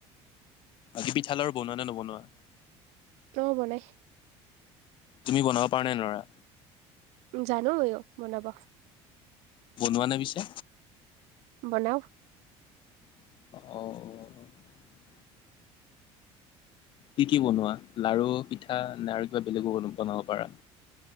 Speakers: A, on the left (about 45°); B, on the right (about 70°).
A: বাকী পিঠা-লাৰু বনোৱা নে নবনোৱা?
B: অ বনাই।
A: তুমি বনাব পাৰ নে নোৱাৰা?
B: জানো ময়ো বনাব।
A: বনোৱা নে পিছে?
B: বনাও।
A: অ'। কি কি বনোৱা লাৰু, পিঠা নে আৰু কিবা বেলেগো বনাব পাৰা?